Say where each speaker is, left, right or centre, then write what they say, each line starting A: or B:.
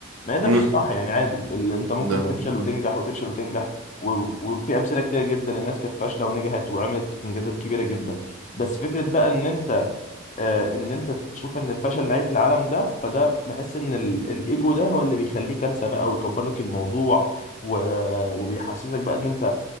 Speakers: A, on the left; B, on the right.
A: ما هي ده
B: امم
A: مش الصح يعني عادي ال- انت ممكن
B: ده هو
A: تفشل وتنجح
B: ده.
A: وتفشل وتنجح و- وفي امثله كتير جدا للناس كانت فاشله ونجحت وعملت انجازات كبيره جدا بس فكره بقى ان انت آه، ان انت تشوف ان الفشل نهايه العالم ده فده بحس ان ال- الايجو ده هو اللي بيخليه كارثه بقى ويكبر لك الموضوع و- وبيحسسك بقى ان انت